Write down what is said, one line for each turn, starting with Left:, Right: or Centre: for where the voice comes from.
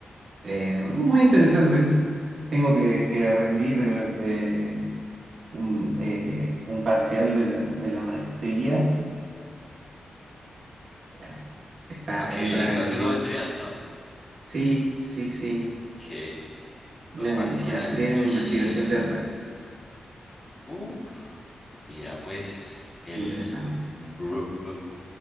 Right: Eh, muy interesante. Tengo que, que rendir eh, un, eh, un parcial de la, de la maestría. Bueno, está,
Left: Ok,
Right: entra
Left: está
Right: en el
Left: haciendo
Right: libro.
Left: maestría.
Right: Sí, sí, sí.
Left: Ok.
Right: Ne-
Left: Parcial.
Right: Maestría
Left: Ish.
Right: en investigación teatral.
Left: Uf, mira, pues, el
Right: Interesante.
Left: Brook.